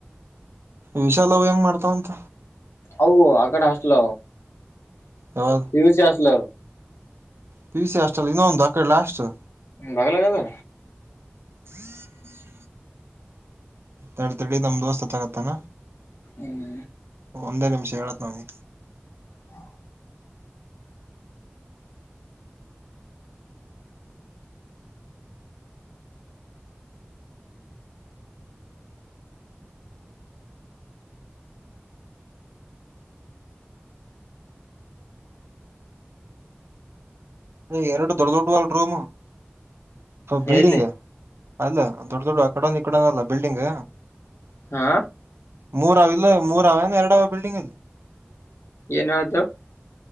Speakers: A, on the right; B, on the left.
A: ವಿಶಾಲವು ಹೆಂಗ್ ಮಾಡ್ತಾವಂತ
B: ಹ ಅಕಡೆ ಹಸ್ಲ
A: ಯಾವ್ದ್
B: ಪಿಯುಸಿ ಅಸ್ಲ
A: ಪಿ ಸಿ ಅಷ್ಟ ಅಲ್ಲಿ ಇನ್ನೊಂದು ಆಕಡೆಲ್ಲ ಅಷ್ಟು
B: ಬಾಗಲ ಗದ
A: ಹ್ಮ್ ತಡ್ ತಡಿ ನಮ ದೋಸ್ತ್ ಹ ತಗತ್ತಾನ
B: ಹ್ಮ್
A: ಒಂದೇ ನಿಮಿಷ ಹೇಳತ್ ನೋಗೆ
B: ಹ್ಮ
A: ಅ ಎರಡು ದೊಡ್ಡ ದೊಡ್ಡ ವಲ್ ರೂಮ್ ಬಿಲ್ಡಿಂಗ್
B: ಎಲ್ಲಿ
A: ಅಲ್ಲ ದೊಡ ದೊಡ್ ಆ ಕಡೆ ಒನ್ ಈ ಕಡೆ ಒಂದು ಅಲ್ಲ ಬಿಲ್ಡಿಂಗ್
B: ಹಾ
A: ಮೂರ ಅವ ಇಲ್ಲ ಮೂರ ಅವ ಏ ಎರಡ ಅವ ಬಿಲ್ಡಿಂಗ್ ಇಲ್ಲಿ
B: ಏನುದು